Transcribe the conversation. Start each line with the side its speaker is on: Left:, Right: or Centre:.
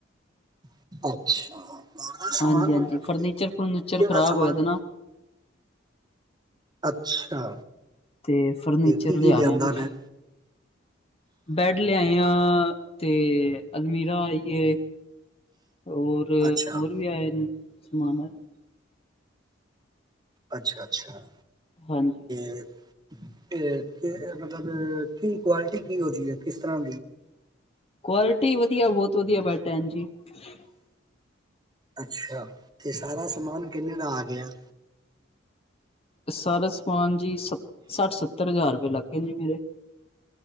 Right: <inaudible> ਸਮਾਨ
Left: ਹਾਂਜੀ ਹਾਂਜੀ
Right: ਮਤਲਬ
Left: ਫਰਨੀਚਰ
Right: ਕਿ
Left: ਫਰੂਨੀਚਰ
Right: ਕਿਹੜਾ
Left: ਖ਼ਰਾਬ
Right: ਸਮਾਨ
Left: ਹੋਇਆ ਤੇ ਨਾ
Right: ਅੱਛਾ
Left: ਤੇ ਫਰਨੀਚਰ
Right: ਕੀ ਕੀ
Left: ਲਿਆ
Right: ਲਿਆਂਦਾ
Left: ਰਿਹਾ
Right: ਨੇ
Left: ਬੈਡ ਲਿਆਏ ਆ ਤੇ ਅਲਮੀਰਾ ਆਈਏ ਹੋਰ
Right: ਅੱਛਾ
Left: ਹੋਰ ਵੀ ਆਏ ਸਮਾਨ
Right: ਅੱਛਾ ਅੱਛਾ
Left: ਹਾਂਜੀ
Right: <inaudible> ਮਤਲਬ ਕੀ ਕੁਆਲਿਟੀ ਕੀ ਹੋੀ ਕਿਸ ਤਰਾਂ
Left: ਕੋਲ। ਕੁਆਲਿਟੀ ਵਧੀਆ ਬਹੁਤ ਵਧੀਆ ਭੈਣਜੀ ਜ। <inaudible>
Right: ਅੱਛਾ ਇਹ ਸਾਰਾ ਸਮਾਨ ਕਿੰਨੇ ਦਾ ਆ ਗਿਆ?
Left: ਸਾਰਾ ਸਮਾਨ ਜੀ ਸੱਠ ਸੱਤਰ ਹਜ਼ਾਰ ਰੁਪਏ ਲੱਗਗੇ ਜੀ ਮੇਰੇ।